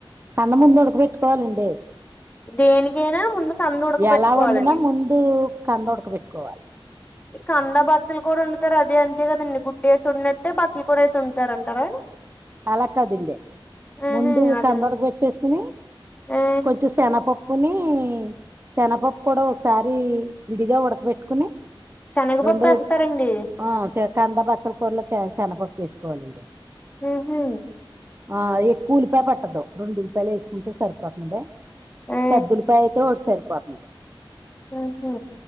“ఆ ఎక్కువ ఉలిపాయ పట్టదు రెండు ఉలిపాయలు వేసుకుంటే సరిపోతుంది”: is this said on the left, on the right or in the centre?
Right